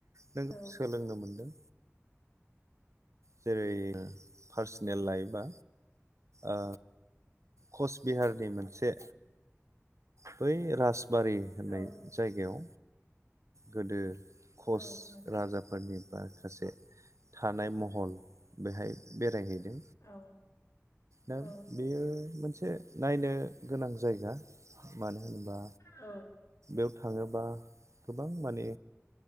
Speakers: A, on the right; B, on the left.
A: नों
B: औ
A: सोलोंनो मोनदों जेरै पार्सनेल लायोबा ओ कच बिहारनि मोनसे बै राजबारि होननाय
B: औ
A: जायगायाव गोदो कच
B: औ नोंथां
A: राजाफोरनि माखासे थानाय महल बेहाय बेरायहैदों।
B: औ
A: दा
B: औ
A: बेयो मोनसे नायनो गोनां जायगा मानो होनोबा
B: औ
A: बेयाव थाङोबा गोबां माने